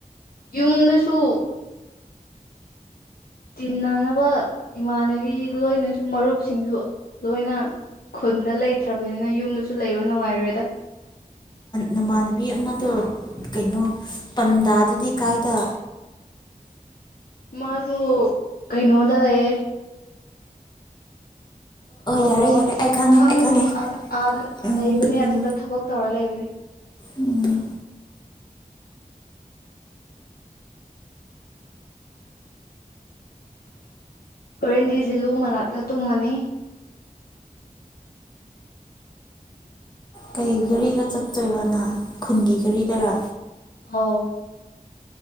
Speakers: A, on the left; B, on the left.
A: ꯌꯨꯝꯗꯁꯨ ꯇꯤꯟꯅꯅꯕ ꯏꯃꯥꯟꯅꯕꯤ ꯂꯣꯏꯅꯁꯨ ꯃꯔꯨꯞꯁꯤꯡꯁꯨ ꯂꯣꯏꯅ ꯈꯨꯟꯗ ꯂꯩꯇ꯭ꯔꯕꯅꯤꯅ ꯌꯨꯝꯗꯁꯨ ꯂꯩꯕ ꯅꯨꯡꯉꯥꯏꯔꯣꯏꯗ
B: ꯅꯃꯥꯟꯅꯕꯤ ꯑꯃꯗꯣ ꯀꯩꯅꯣ ꯄꯟꯗꯥꯗꯗꯤ ꯀꯥꯏꯗ
A: ꯃꯥꯁꯨ ꯀꯩꯅꯣꯗ ꯂꯩꯌꯦ ꯑꯣ
B: ꯌꯥꯔꯦ ꯌꯥꯔꯦ ꯑꯩ ꯈꯪꯉꯦ
A: ꯈꯪꯈ꯭ꯔꯦ
B: ꯑꯩ ꯈꯪꯉꯦ
A: ꯑꯗ ꯑꯥꯗ
B: ꯎꯝ
A: ꯂꯩꯕꯅꯦ
B: ꯎꯝ
A: ꯑꯗꯨꯗ ꯊꯕꯛ ꯇꯧꯔ ꯂꯩꯕꯅꯦ
B: ꯎꯝ
A: ꯍꯣꯔꯦꯟꯗꯤꯖꯤꯂꯨꯡ ꯃꯅꯥꯛꯇ ꯇꯨꯝꯃꯅꯤ
B: ꯀꯩ ꯒꯥꯔꯤꯗ ꯆꯠꯇꯣꯏꯕꯅ ꯈꯨꯟꯒꯤ ꯘꯔꯤꯗꯔꯥ
A: ꯑꯥꯎ